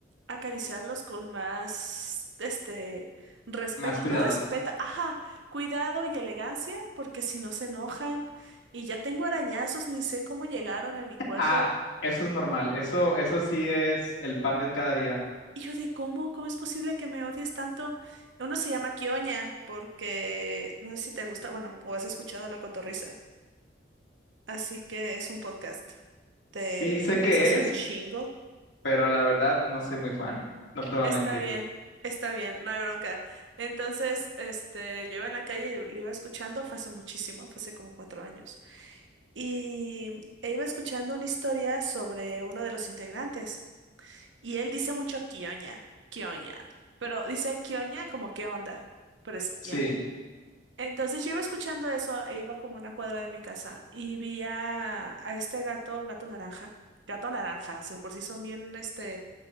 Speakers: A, on the right; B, on the left.
A: acariciarlos con más, este, respeto.
B: Más cuidados.
A: No respeto, ajá, cuidado y elegancia, porque si no se enojan y ya tengo arañazos, ni sé cómo llegaron en mi cuerpo.
B: Ah, eso es normal, eso, eso sí es el pan de cada día.
A: Y yo de cómo, cómo es posible que me odies tanto. Uno se llama Kioña porque no sé si te gusta, bueno, o has escuchado la cotorrisa. Así que es un podcast. Te,
B: Sí sé
A: te
B: que
A: deshace
B: es,
A: un chingo.
B: pero la verdad no soy muy fan, no te voy
A: Está
B: a mentir.
A: bien, está bien, no hay bronca. Entonces, este, yo iba en la calle y lo iba escuchando, fue hace muchísimo, fue hace como cuatro años. Y e iba escuchando una historia sobre uno de los integrantes. Y él dice mucho Kioña, Kioña. Pero dice Kioña como qué onda, pero es
B: Sí,
A: Entonces yo iba escuchando eso, e iba como una cuadra de mi casa y vi a, a este gato, un gato naranja, gato naranja, si por sí son bien, este,